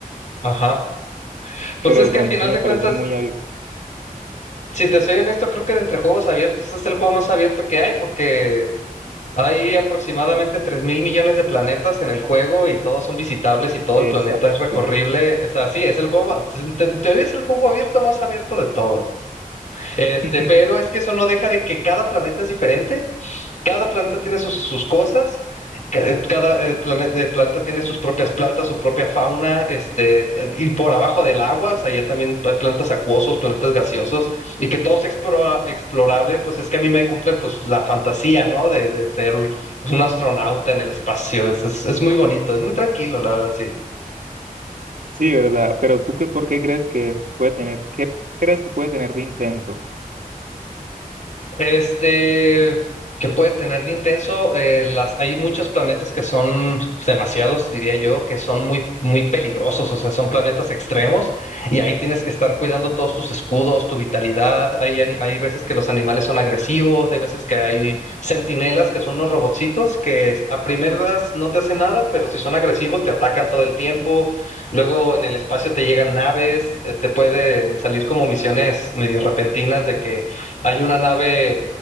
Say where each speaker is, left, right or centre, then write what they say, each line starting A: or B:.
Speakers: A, on the left; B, on the right.
A: ajá. Pues
B: pero
A: es
B: de
A: que
B: pronto
A: al final
B: sí me
A: de
B: parece
A: cuentas.
B: muy abierto.
A: Si te soy honesto, creo que de entre juegos abiertos es el juego más abierto que hay porque hay aproximadamente tres mil millones de planetas en el juego y todos son visitables y todo
B: Exacto.
A: el planeta es recorrible. Es así, es el juego, ma- en te- en teoría es el juego abierto más abierto de todos. Este,
B: <laughs>
A: pero es que eso no deja de que cada planeta es diferente cada planeta tiene sus, sus cosas, ca- eh, cada eh, plane- eh, planeta tiene sus propias plantas, su propia fauna, este, y por abajo del agua, o sea, ya también hay plantas acuosos, plantas gaseosos, y que todo sea explora- explorable, pues es que a mí me cumple pues la fantasía, ¿no? De, de ser un astronauta en el espacio, es, es, es muy bonito, es muy tranquilo, la verdad, sí.
B: Sí, ¿verdad? Pero tú, qué- ¿por qué crees que puede tener, qué crees que puede tener de intenso?
A: Este, que puede tener de intenso, eh, las, hay muchos planetas que son demasiados, diría yo, que son muy, muy peligrosos, o sea, son planetas extremos y ahí tienes que estar cuidando todos tus escudos, tu vitalidad. Hay, ani- hay veces que los animales son agresivos, hay veces que hay centinelas que son unos robotcitos que a primeras no te hacen nada, pero si son agresivos te atacan todo el tiempo. Luego en el espacio te llegan naves, eh, te pueden salir como misiones medio repentinas de que hay una nave